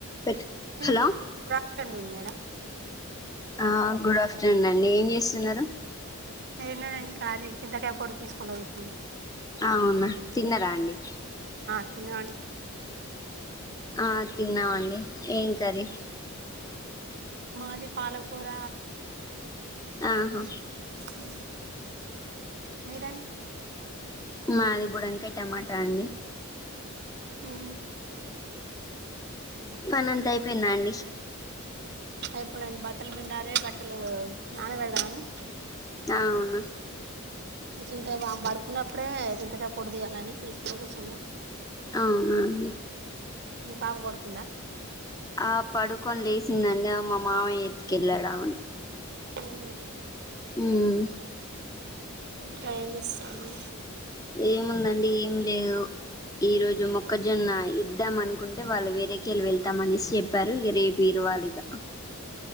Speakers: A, on the left; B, on the right.
A: పెట్
B: గుడ్
A: హలో
B: ఆఫ్టర్నూన్ మేడం
A: ఆ గుడ్ ఆఫ్టర్నూన్ అండి ఏం చేస్ త్తున్నారు
B: ఏం లేదండి కాలీ ఇంతకాయ పొడి తీసుకుండా కుస్సున్నా
A: అవునా తిన్నరా అండి
B: అడి
A: ఆ తిన్నామండి ఏంకారీ
B: మాది పాలకూర
A: ఆహా
B: హ మైదాని
A: మాది బుడంకాయ్ టమాటా అండి
B: అహ
A: అ పని అంత అయిపోయింద అండి
B: అయిపోలేండి బట్టలు పిండాలి బట్టలు నాన పెడదామని
A: అవునా
B: చింత వామ్ పడుకున్నప్పు ఇప్పుడే చింతకాయ పొడి దీయాలని తీ అ కోసమ
A: అవునండి
B: కాప పడుకుందా
A: ఆ పడుకొని లేసిందండి మా మామయ్య ఎత్తుకెళ్ళాడమని
B: అవును
A: హమ్
B: కాయని ఇస్తాను
A: ఏముందండి ఏం లేదు ఈ రోజు మొక్కజొన్న ఇద్దామన కుంటే వాళ్ళు వేరేకెళ్ళి వెళ్తామనేసి చెప్పారు ఇక రేపు ఇరువాలిగా